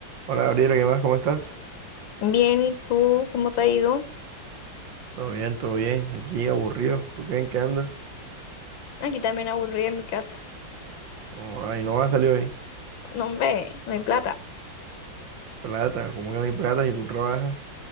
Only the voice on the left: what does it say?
Bien, ¿y tú cómo te ha ido?
Aquí también aburrida en mi casa.
No, ve, no hay plata.